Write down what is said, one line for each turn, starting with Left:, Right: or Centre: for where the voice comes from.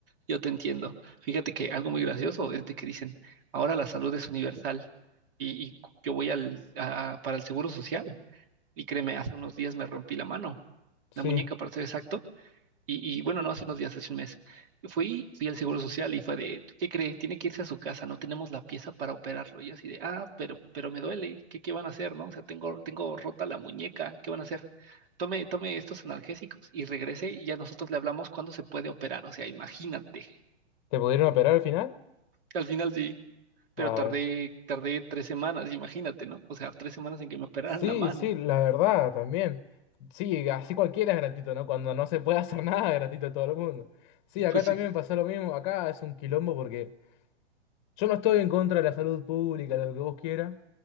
Right: Yo te entiendo. Fíjate que algo muy gracioso es de que dicen, ahora la salud es universal y, y yo voy al, a- para el seguro social Y créeme, hace unos días me rompí la mano,
Left: Sí.
Right: la muñeca para ser exacto. Y, y bueno, no hace unos días, hace un mes. Fui, fui al Seguro Social y fue de, ¿qué cree? Tiene que irse a su casa, no tenemos la pieza para operarlo. Y yo así de, ah, pero, pero me duele, ¿qué, qué van a hacer, no? O sea, tengo, tengo rota la muñeca, ¿qué van a hacer? Tome, tome estos analgésicos y regrese y ya nosotros le hablamos cuándo se puede operar. O sea, imagínate.
Left: ¿Te pudieron operar al final?
Right: Al final sí, pero
Left: Ah,
Right: tardé,
Left: bueno.
Right: tardé tres semanas, imagínate, ¿no? O sea, tres semanas en que me operaran
Left: Sí,
Right: la mano.
Left: sí, la verdad, también. Sí, así cualquiera es gratuito, ¿no? Cuando no se puede <laughs> hacer nada, es gratuito a todo el mundo. Sí,
Right: <laughs>
Left: acá
Right: Pues
Left: también
Right: sí,
Left: pasó lo mismo. Acá es un quilombo porque yo no estoy en contra de la salud pública, lo que vos quieras,